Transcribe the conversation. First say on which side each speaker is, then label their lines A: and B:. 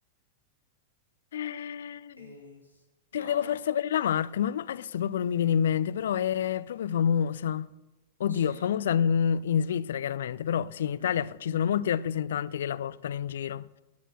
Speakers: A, on the left; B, on the left.
A: Eh,
B: E... No,
A: Te devo far sapere la marca, ma ma adesso proprio non mi viene in mente, però è proprio famosa. Oddio,
B: sì.
A: famosa mm, in Svizzera chiaramente, però sì, in Italia
B: Mm.
A: fa- ci sono molti rappresentanti che la portano in giro.